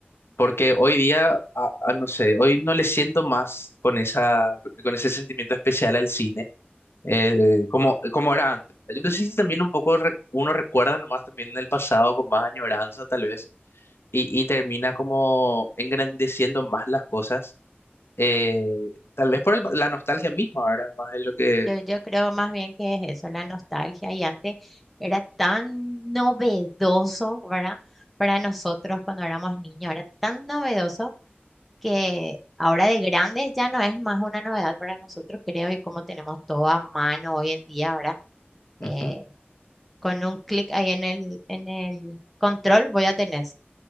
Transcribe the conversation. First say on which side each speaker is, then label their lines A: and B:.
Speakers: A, on the left; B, in the centre.
A: Porque hoy día, a- a- no sé, hoy no le siento más con esa, con ese sentimiento especial al cine, eh, como, como era antes. Yo no sé si también un poco re- uno recuerda nomás también en el pasado con más añoranza tal vez, y, y termina como engrandeciendo más las cosas, eh, tal vez por el- la nostalgia misma, ¿verdad? Más de lo que...
B: yo, yo creo más bien que es eso, la nostalgia. Y antes era tan novedoso, ¿verdad? Para nosotros cuando éramos niños, era tan novedoso que ahora de grandes ya no es más una novedad para nosotros, creo, y como tenemos todo a mano hoy en día, ¿verdad?
A: Ujú.
B: Eh, Con un clic ahí en el, en el control voy a tener